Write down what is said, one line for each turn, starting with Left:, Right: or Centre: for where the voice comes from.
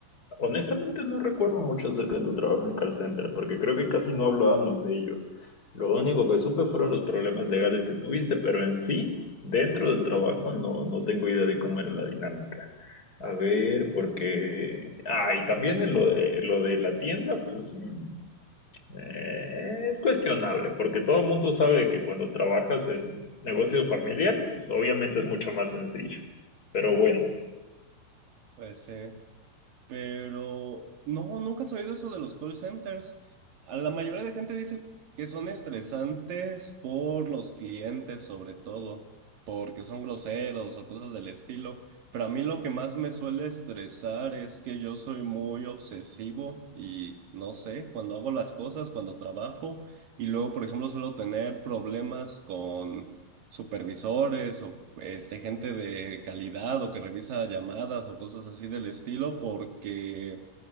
Left: honestamente no recuerdo mucho acerca de tu trabajo en call center, porque creo que casi no hablábamos de ello. Lo único que supe fueron los problemas legales que tuviste, pero en sí, dentro del trabajo, no, no tengo idea de cómo era la dinámica. A ver, porque... Ah, y también en lo de, lo de la tienda, pues mm, eh, es cuestionable, porque todo el mundo sabe que cuando trabajas en negocio familiar, pues obviamente es mucho más sencillo. Pero bueno,
Right: Pues sí. Pero no, nunca has oído eso de los call centers. A la mayoría de gente dice que son estresantes por los clientes, sobre todo, porque son groseros o cosas del estilo. Pero a mí lo que más me suele estresar es que yo soy muy obsesivo y no sé, cuando hago las cosas, cuando trabajo, y luego, por ejemplo, suelo tener problemas con supervisores o este, gente de calidad o que revisa llamadas o cosas así del estilo, porque